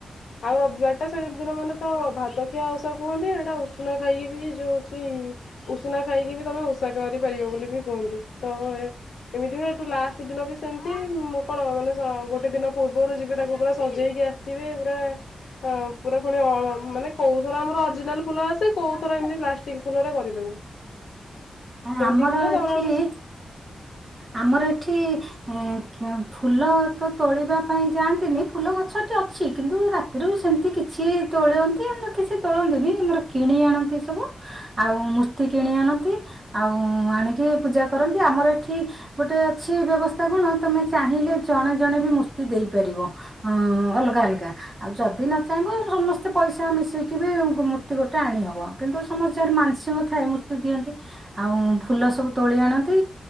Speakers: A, on the left; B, on the right.
A: ଆଉ ରବିବାର ଟା ସେ ଦିନ ମାନେ ତ ଭାତଖିଆ ଓଷା କୁହନ୍ତି ଏଇଟା ଉଷୁନା ଖାଇକି ବି ଯୋଉ ହୋଉଚି ଉଷୁନା ଖାଇକି ବି ତମେ ଉଷା କରିପାରିବ ବୋଲି ବି କୁହନ୍ତି ତ ଏ ଏମିତି ହୁ ଏଠୁ ଲାଷ୍ଟେ ଦିନ ବି ସେମିତି କଣ ମାନେ ଗୋଟେ ଦିନ ପୂର୍ବରୁ ଯିଵେ ତାକୁ ପୁରା ସଜେଇକି ଆସିଥିବେ ପୁରା ପୁରା ପୁଣି ଅ ମାନେ କଉଥର ଆମର ଅରିଜିନାଲ ଫୁଲ ଆସେ କୋଉଥର ଏମତି ପ୍ଲା ଷ୍ଟିକ୍ ଫୁଲରେ କରିଦୋଉ
B: ଆମର
A: ଏମିତି ହୁଏ
B: ଏଠି
A: ତାପରେ ହେଟୁ
B: ଆମର ଏଠି ଆଜ୍ଞା ଫୁଲ ତ ତୋଳିବା ପାଇଁ ଯାଆନ୍ତିନି ଫୁଲ ଗଛଟି ଅଛି କିନ୍ତୁ ରା ତିରୁ ସେମିତି କିଛି ତୋଳନ୍ତି ଆଣ୍ଡ କିଛି ତୋଳନ୍ତିନି ଆମର କିଣି ଆଣନ୍ତି ସବୁ ଆଉ ମୂର୍ତ୍ତି କିଣି ଆଣନ୍ତି ଆଉ ଆଣିକି ପୂଜା କରନ୍ତି ଆମର ଏ ଠି ଗୋଟେ ଅଛି ବ୍ୟବସ୍ଥା କଣ ତମେ ଚାହିଁଲେ ଜଣେ ଜଣେ ବି ମୂର୍ତ୍ତି ଦେଇପାରିବ। ହୁଁ ଅଲଗା ଅଲଗା। ଆଉ ଯଦି ନ ଚାହିଁବ ସମସ୍ତେ ପଇସା ମିଶେଇକି ବି ମୂର୍ତ୍ତି ଗୋଟେ ଆଣି ହବ। କିନ୍ତୁ ସମସ୍ତସିଆରେ ମାନସିଂଙ୍କ ଥାଏ ମୂ ର୍ତ୍ତି ଦିଅନ୍ତି ଆଉ ଫୁଲ ସବୁ ତୋଳି ଆଣନ୍ତି